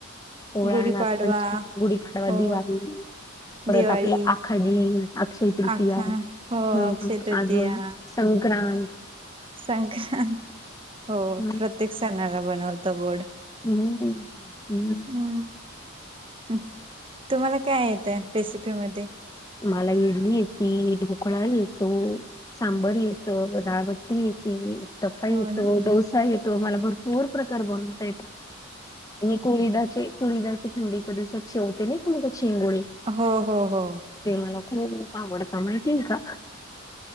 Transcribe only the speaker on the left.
पोळा,
नागपंचमी, गुढीपाडवा,
दिवाळी परत
आपलं आक <unintelligible> अक्षय तृतीया
हा
हा
अजून संक्रांत.
हं.
हम्म हं‌.
मला इडली येती, ढोकळा येतो, सांबर येतं, ‌डाळबट्ट टी येती, उत्तप्पा येतो,
डोसा येतो मला भरपूर प्रकार बनवता येतात. आणि कोळीदाचे कोळीदाचे थंडीच्या दिवसात शेवटी नाही का बघा शिंगोळे
ते मला खुप आवडत माहितीये का